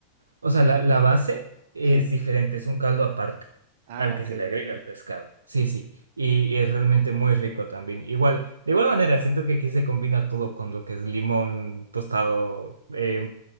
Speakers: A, on the right (about 75°); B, on the right (about 50°).
A: O sea, la, la base es
B: sí,
A: diferente, es un caldo aparte
B: ah,
A: al
B: ok,
A: que se le agrega el pescado. Sí, sí, y es realmente muy rico también. Igual, de igual manera, siento que aquí se combina todo con lo que es limón, tostado, eh,